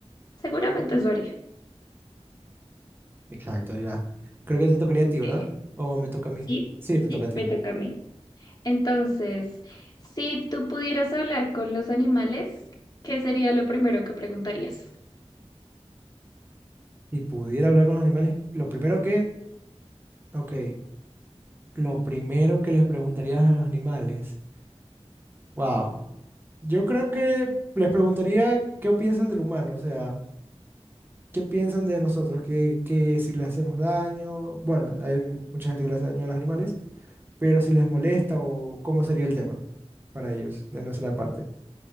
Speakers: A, on the left; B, on the right.
A: Seguramente eso haría.
B: Exacto, ya. Creo que te tocaría a ti, ¿verdad?
A: Eh,
B: ¿O me toca a mí?
A: sí,
B: Sí, te
A: sí,
B: toca a ti.
A: me toca a mí. Entonces, si tú pudieras hablar con los animales, ¿qué sería lo primero que preguntarías?
B: Si pudiera hablar con los animales, lo primero que, ok, lo primero que les preguntarías a los animales, wow, yo creo que les preguntaría qué piensan del humano, o sea, qué piensan de nosotros, que, que si le hacemos daño, bueno, hay mucha gente que le hace daño a los animales, pero si les molesta o cómo sería el tema para ellos de nuestra parte.